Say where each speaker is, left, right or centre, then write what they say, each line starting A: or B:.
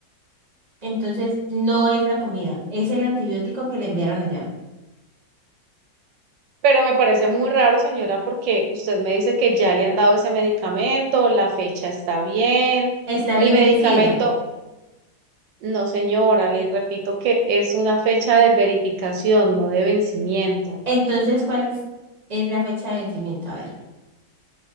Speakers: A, on the right; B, on the right.
A: Entonces no es la comida, es el antibiótico que le enviaron allá.
B: Pero me parece muy raro, señora, porque usted me dice que ya le han dado ese medicamento, la fecha está bien,
A: Está bien
B: el medicamento...
A: vencida.
B: No, señora, le repito que es una fecha de verificación, no de vencimiento.
A: Entonces, ¿cuál es, es la fecha de vencimiento? A ver.